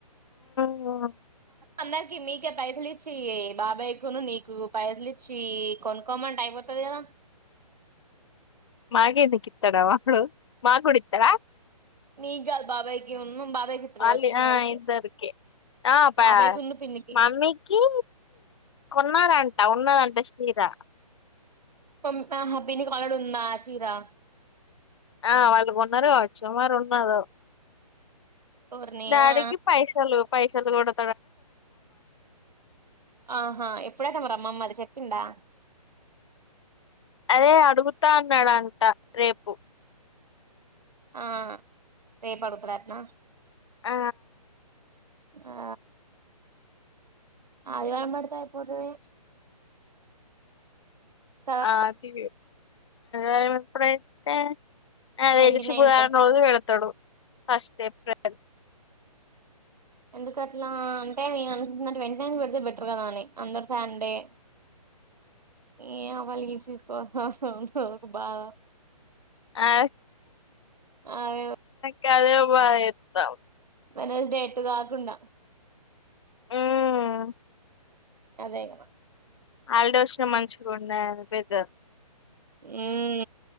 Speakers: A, on the left (about 50°); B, on the right (about 85°).
A: ఇగ
B: అందరికి మీకే పైసలిచ్చి బాబాయికును నీకు పైసలిచ్చి కొనుకోమంటే అయిపోత్ క్కదా <unintelligible>
A: మాగేందుకి ఇస్తాడు వాడు మాగుడ ఇత్తడా
B: మీ కాదు బాబాయికిను బాబాయికి ఇత్తుడు
A: వాళ్ళు
B: నాకు
A: ఆ
B: తెలిసి
A: ఇద్దరికి ఆ ప్య
B: బాబాయ్కున్ను పిన్నికి
A: మమ్మీకి కొన్నారంట ఉన్నదంట సీరా <inaudible>
B: పమ్ యా మా పిన్నికి ఆల్రెడీ ఉందా చీరా
A: ఆ వాళ్ళు కొన్నారు కావచ్చు మరి ఉన్నారో
B: ఓర్ని
A: డాడీకి
B: ఆ
A: పైసాలు పైసలు కూడా
B: ఆహా ఎప్పుడట మరి అమ్మమ్మ అది చెప్పిందా
A: అదే అడుగుతా అన్నాడంట రేపు
B: ఆ రేపడుగుతుడటన
A: ఆ
B: ఆ ఆదివారం పెడితే అయిపోతది తర్వాత
A: ఆ తీి అ ఇప్పుడైతే <unintelligible> నాకు
B: ట్వంటీ
A: తెలిసి
B: నైన్త్
A: భుధవారం రోజు పెడతడు ఫస్ట్ ఏప్రిల్
B: ఎందుకు అట్లా అంటే నేను అనుకుంటున్నా ట్వంటీ నైన్ పెడితే బెటర్ కదా అని అందరు సండే ఏ వాలిగి తీసుకో ఉంట ఒక బాగా <unintelligible>
A: ఆ
B: అదే
A: కదే బా ఎత్తాం <unintelligible>
B: వెనీస్ డే ఎటు కాకుండ
A: ఉమ్
B: అదే కద
A: హాలి డేస్లు మంచిగా ఉన్నాయి పెద్ద
B: ఉం